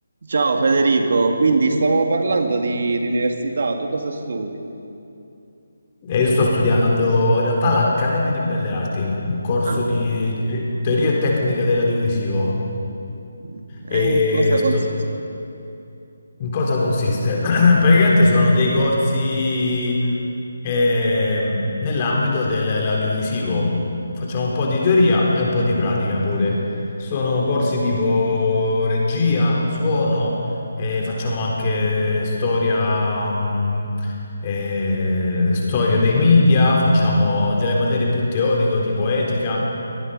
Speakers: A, on the right; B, on the left.
A: Ciao Federico, quindi stavamo parlando di, di università, tu cosa studi?
B: E io sto studiando in realtà l'Accademia di Belle Arti, un corso
A: Ah,
B: di te- teoria e tecnica dell'audiovisivo.
A: mm,
B: E
A: eh, in cosa
B: sto,
A: consiste?
B: in cosa consiste? <clears throat> Praticamente sono dei corsi ehm, nell'ambito dell'audiovisivo. Facciamo un po' di teoria e un po' di pratica pure. Sono corsi tipo regia, suono, e facciamo anche storia, mh, eh, storia dei media, facciamo delle materie più teoriche tipo etica.